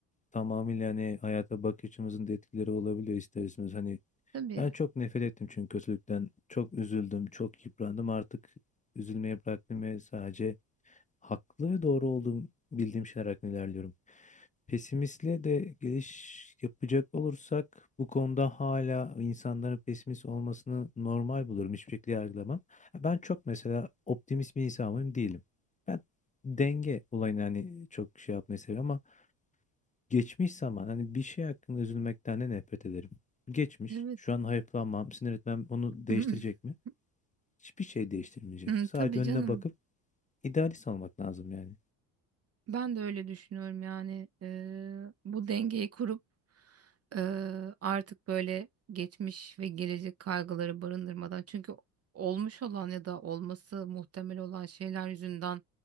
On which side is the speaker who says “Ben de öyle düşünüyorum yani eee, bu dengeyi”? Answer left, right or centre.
Right